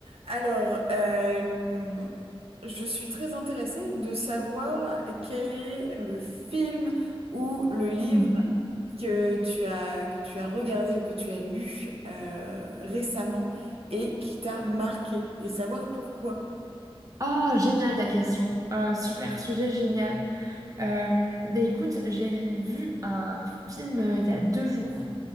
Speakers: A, on the right (about 75°); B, on the right (about 35°).
A: Alors, euh, je suis très intéressée de savoir quel est le film ou le livre
B: Mhm.
A: que tu as, que tu as regardé ou que tu as lu euh, récemment et qui t'a marqué et savoir pourquoi.
B: Ah, génial ta question. Euh, super sujet, génial. Euh, bah, écoute, j'ai vu un film euh, il y a deux jours